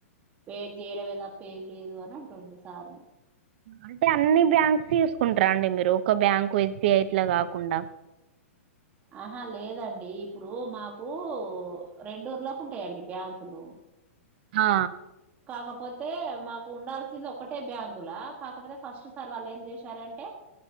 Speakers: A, on the right; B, on the right.
A: వే చేయడం ఏదాప్ప ఏం లేదు అని అంట రండు సార్
B: అంటే అన్ని బ్యాంక్స్ చూసుకుంటారా అండి మీరు ఒక బ్యాంక్ ఎస్బిఐట్లా కాకుండా
A: ఆహా లేదండి ఇప్పుడు మాకు రెంూర్లోకి ఉంటాయంండి బ్యాంకులు
B: హా
A: కాకపోతే మాకు ఉండాల్సింది ఒకటే బ్యాంకు లా కాకపోతే ఫస్ట్ సార్ వాళ్ళు ఏం చేశారంటే